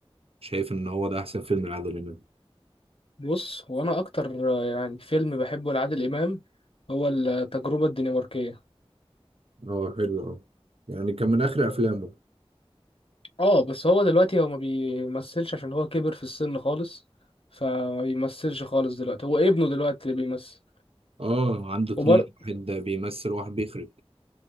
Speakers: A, on the right (about 65°); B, on the left (about 60°).
A: شايف إن هو ده أحسن فيلم لعادل إمام
B: بص هو أنا أكتر آه، يعني فيلم بحبه لعادل إمام هو التجربة الدنماركية
A: اه حلو اه يعني كان من آخر أفلامه
B: اه بس هو دلوقتي هو ما بيمثلش عشان هو كبر في السن خالص فما بيمثلش خالص دلوقتي هو ابنه دلوقتي اللي بيمثل
A: اه عنده اتنين
B: وبر
A: واحد بيمثل واحد بيخرج